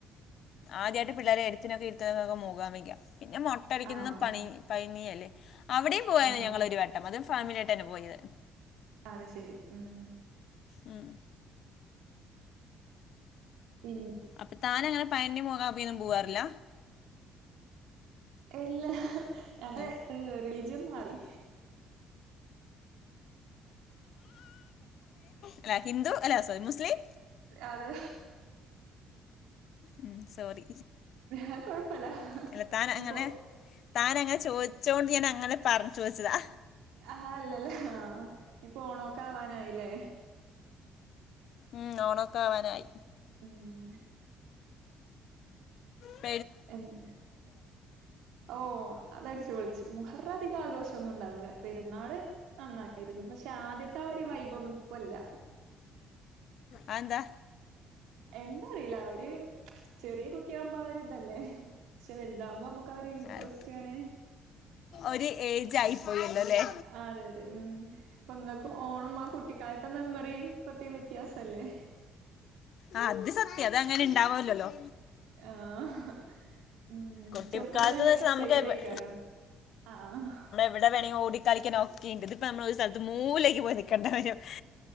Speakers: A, on the left (about 65°); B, on the right (about 75°).
A: ആദ്യമായിട്ട് പിള്ളേരെ എഴുത്തിനൊക്കെ ഇരുത്തണതൊക്കെ മൂകാംബിക പിന്നെ മൊട്ടടിക്കണ
B: ആഹ്
A: പണി പഴനി അല്ലേ അവിടെ പോയാണ്
B: ആഹ്
A: ഞങ്ങളൊരു വട്ടം അതും ഫാമിലി ആയിട്ടാണ് പോയത്.
B: അത് ശെരി ഉം
A: ഉം
B: പിന്നെ
A: അപ്പൊ താന് അങ്ങനെ പഴനി മൂകാംബികൊന്നും പോവാറില്ല
B: ഇല്ലാ ഞങ്ങള്
A: അല്ല
B: റീജിയൻ മാറി
A: അല്ല ഹിന്ദു അല്ല സോറി മുസ്ലിം
B: അതെ
A: ഉം സോറി
B: അത് കൊഴപ്പല്ല
A: അല്ല തൻ
B: ഇനിപ്പോ
A: അങ്ങനെ താന് അങ്ങനെ ചോദിച്ചോണ്ട് ഞാൻ അങ്ങനെ പറഞ് ചോദിച്ചതാ
B: ആ അല്ലല്ല ആ ഇപ്പൊ ഓണോക്കെ ആവാനായില്ലേ
A: ഉം ഓണൊക്കെ ആവാനായി
B: ഉം
A: ഏ
B: എഹ് ഓഹ് അതടിച്ചുപൊളി മുഹറഅധികആഘോഷൊന്നും ഉണ്ടവൂല. പെരുന്നാള് നന്നായിയിരുന്നു. പക്ഷെ ആദ്യത്തെ ആ ഒരുവൈബൊന്നും ഇപ്പൊ ല്ല
A: അതെന്താ
B: എന്താ അറിയില്ല അവര് ചെറിയ കുട്ടിയാകുമ്പോ അവര് ഇതല്ലേ പക്ഷെ വലുതാകുമ്പോ നമുക്ക് അവര് ഇൻട്രസ്റ്റ്
A: അത്
B: അങ്ങനെ
A: ഒരു ഏജ് ആയി പോയല്ലോ അല്ലേ
B: അതെ അതെ ഉം ഇപ്പൊ ങ്ങക്കും ഓണം ആ കുട്ടിക്കാലത്തെ മെമ്മറിയും ഇപ്പത്തേം വ്യത്യാസല്ലേ
A: ആഅത് സത്യാ അതങ്ങനെ ഇണ്ടാവൊലല്ലോ.
B: ആഹ് ഉം
A: കുട്ടിക്കാലത്ത്
B: ചെറുപ്പത്തിലല്ലെ
A: വെച്ചാൽ
B: എക്സൈറ്റഡൈയിക്കാരം
A: നമുക്ക് എവ-
B: ആഹ്.
A: എവിടെവേണേ ഓടിക്കളിക്കാനൊക്കെണ്ട്. ത് ഇപ്പോ നമ്മള്ഒരു സ്ഥൽത്ത് മൂലേക്ക്പോയി നിക്കേണ്ടവരും